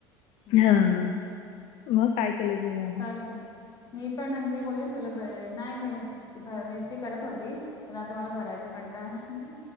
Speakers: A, on the left; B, on the left.
A: हम्म
B: हा. मग काय केलं जेवायला?
A: काय केलं? मी पण, मी बोलली न तुला... नाई मि... मिरची करत होती पण आता मला भरायचा कंटाळा आला आता...